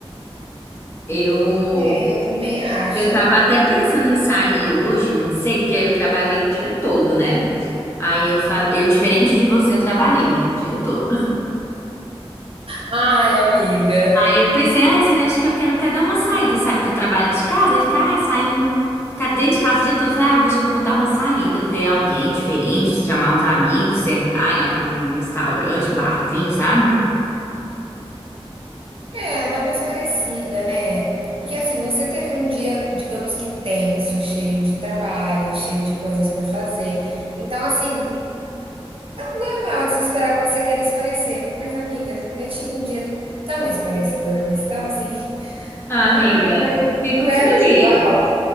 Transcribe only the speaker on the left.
Eu
eu tava até pensando em sair hoje, não sei, porque eu trabalhei o dia todo, né? Aí eu fa... eu diferente de você, eu trabalhei, amigo, o dia todo.
Aí eu pensei, ai, você acha que eu quero até dar uma saída, sabe? Porque eu trabalho de casa, aí ficar, ai, saindo, ficar dentro de casa o dia todo. Eu Falei, ah, eu acho que eu vou dar uma saída, ver alguém diferente, chamar uns amigos, sentar em algum restaurante, um barzinho, sabe?
Ah,
amiga, fico
feliz.